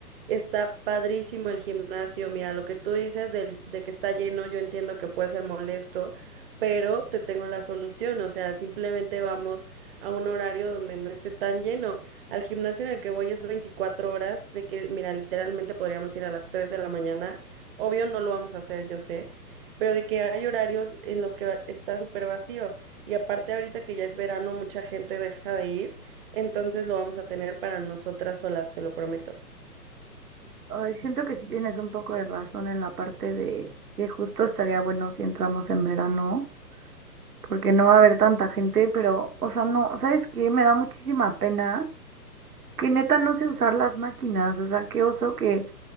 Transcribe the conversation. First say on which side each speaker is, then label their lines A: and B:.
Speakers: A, on the right; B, on the right.
A: Está padrísimo el gimnasio. Mira, lo que tú dices del, de que está lleno, yo entiendo que puede ser molesto, pero te tengo la solución. O sea, simplemente vamos a un horario donde no esté tan lleno. Al gimnasio en el que voy es 24 horas, de que, mira, literalmente podríamos ir a las 3 de la mañana. Obvio, no lo vamos a hacer, yo sé pero de que hay horarios en los que va- está súper vacío. Y aparte ahorita que ya es verano, mucha gente deja de ir, entonces lo vamos a tener para nosotras solas, te lo prometo.
B: Ay, siento que sí tienes un poco de razón en la parte de que justo estaría bueno si entramos en verano, porque no va a haber tanta gente, pero, o sea, no, ¿sabes qué? Me da muchísima pena que neta no sé usar las máquinas, o sea, qué oso que